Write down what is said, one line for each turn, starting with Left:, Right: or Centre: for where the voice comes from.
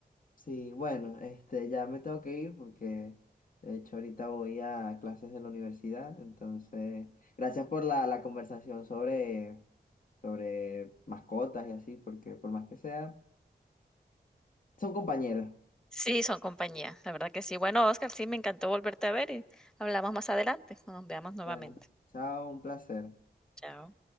Left: Sí, bueno, este, ya me tengo que ir porque de hecho ahorita voy a clases de la universidad, entonces gracias por la, la conversación sobre, sobre mascotas y así, porque por más que sea, son compañeros.
Centre: Sí, son compañía, la verdad que sí. Bueno, Oscar, sí, me encantó volverte a ver y hablamos más adelante, cuando nos veamos nuevamente.
Left: Dale, chao, un placer.
Centre: Chao.